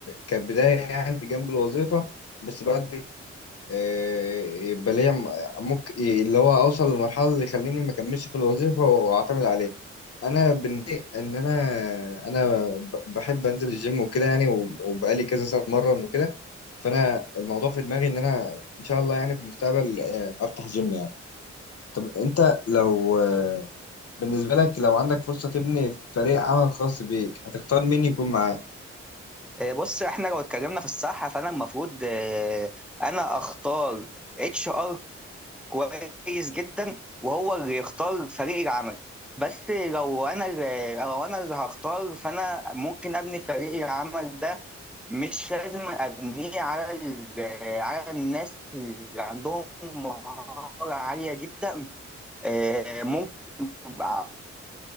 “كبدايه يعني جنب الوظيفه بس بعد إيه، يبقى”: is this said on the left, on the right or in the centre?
Left